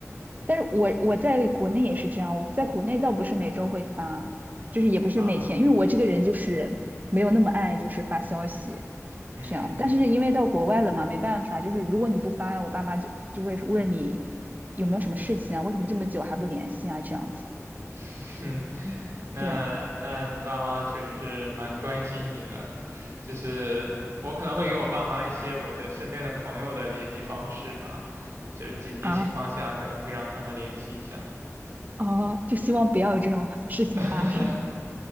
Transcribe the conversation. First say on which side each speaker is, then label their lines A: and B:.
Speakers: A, on the right; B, on the right.
A: 但是我我在国内也是这样，我在国内倒不是每周会发，就是也不是每天，
B: 啊，
A: 因为我这个人就是没有那么爱就是发消息
B: 嗯，
A: 这样。但是因为到国外了嘛，没办法，就是如果你不发，我爸妈就就会问你有没有什么事情啊，为什么这么久还不联系啊这样子。
B: <laughs> 哼。那那你爸妈确实是蛮关心你了，
A: 对
B: 就是我可能会给我爸妈一些我的身边的朋友的联系方式吧，就是紧急情况下可能会让他们联系一下。
A: 啊，哦，就希望不要有这种 <laughs> 事情发生。
B: <laughs>